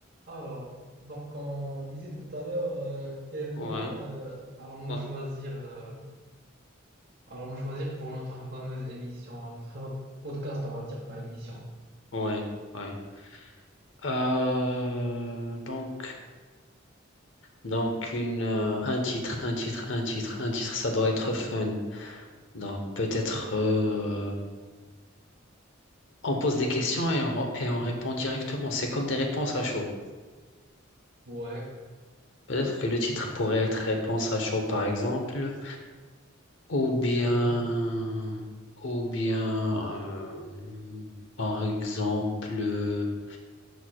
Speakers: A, on the right; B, on the left.
A: Alors, donc on disait tout à l'heure euh, quel
B: Ouais,
A: nom euh, allons-nous
B: ouais,
A: choisir, euh, allons-nous choisir pour notre fameuse émission, notre podcast, on va dire pas émission.
B: ouais, ouais. Euh, donc, donc une, euh, un titre, un titre, un titre, un titre, ça doit être fun. Donc peut-être euh, on pose des questions et on, et on répond directement. C'est comme des réponses à chaud.
A: Ouais,
B: Peut-être que le titre pourrait être réponse à chaud, par exemple, ou bien,
A: j'aime bien.
B: ou bien, euh, par exemple.